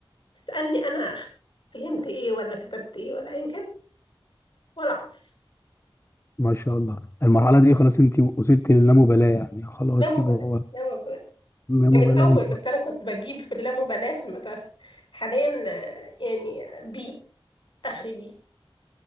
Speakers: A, on the left; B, on the left.
A: تسألني أنا أخ- فهمت إيه ولا كتبت إيه ولا أيا كان ولا أعرف
B: ما شاء الله المرحله دي خلاص انت وصلت للامبالاه يعني خلاص
A: لا مبالاة
B: اللي هو
A: لا مبالاة
B: اللامبالاه
A: يعني من أول بس أنا كنت بجيب في اللامبالاة في المدرسة حاليا آه، يعني بي آخري بي